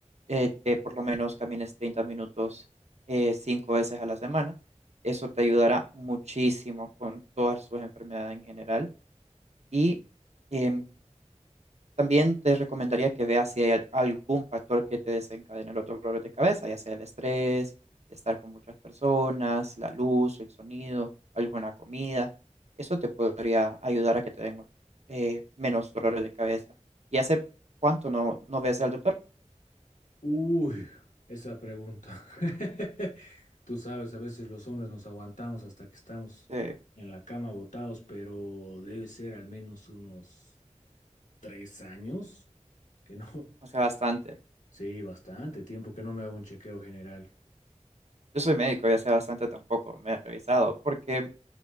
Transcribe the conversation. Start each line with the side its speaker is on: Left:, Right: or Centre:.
Right: eh, que por lo menos camines 30 minutos eh, cinco veces a la semana. Eso te ayudará muchísimo con todas sus enfermedades en general. Y em, también te recomendaría que veas si hay al- algún factor que te desencadene los dolores de cabeza, ya sea el estrés, estar con muchas personas, la luz, el sonido, alguna comida. Eso te podría ayudar a que te den eh, menos dolores de cabeza. ¿Y hace cuánto no, no ves al doctor?
Left: Uy, esa pregunta. <laughs> Tú sabes, a veces los hombres nos aguantamos hasta que estamos
Right: Sí,
Left: en la cama botados, pero debe ser al menos unos tres años que no. <laughs>
Right: no sé bastante.
Left: Sí, bastante tiempo que no me hago un chequeo general.
Right: Yo soy médico, ya sé bastante tampoco. Me he revisado porque